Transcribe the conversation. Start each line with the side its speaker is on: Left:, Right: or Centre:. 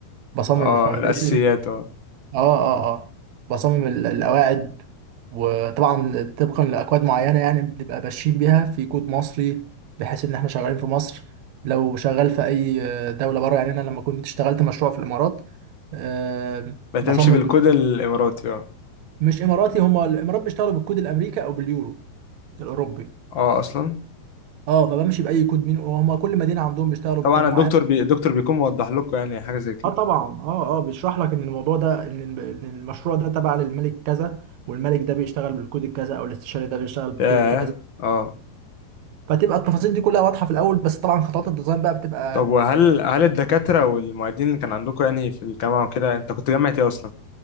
Right: بصمم
Left: اه
Right: الفاونديشن
Left: الاساسيات اه
Right: اه اه اه بصمم ال- القواعد وطبعا طبقا لاكواد معينه يعني بنبقى ماشيين بيها في كود مصري بحيث ان احنا شغالين في مصر لو شغال في اي آه، دوله بره يعني انا لما كنت اشتغلت مشروع في الامارات آه،
Left: بتمشي
Right: بصمم
Left: بالكود
Right: ب-
Left: الاماراتي اه
Right: مش اماراتي هما الامارات بيشتغلوا بالكود الامريكي او باليورو الاوروبي
Left: اه اصلا
Right: اه فبمشي باي كود مين وهما كل مدينه عندهم بيشتغلوا
Left: طبعا
Right: بكود معين
Left: الدكتور بي... الدكتور بيكون موضح لكم يعني حاجة زي كده
Right: اه طبعا اه اه بيشرح لك ان الموضوع ده ان الم- إن المشروع ده تبع للملك كذا والملك ده بيشتغل بالكود الكذا او الاستشاري ده بيشتغل بالكود
Left: ياه
Right: الكذا
Left: اه
Right: فتبقى التفاصيل دي كلها واضحه في الاول بس طبعا خطوات الديزاين بقى بتبقى
Left: طب وهل هل الدكاترة والمعيدين اللي كان عندكم يعني في الجامعة وكده انت كنت جامعة ايه اصلا؟